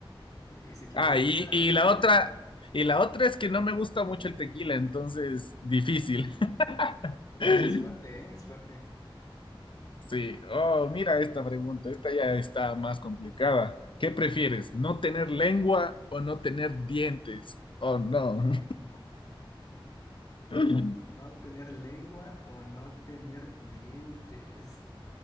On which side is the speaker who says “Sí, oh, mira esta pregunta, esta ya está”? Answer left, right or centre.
Left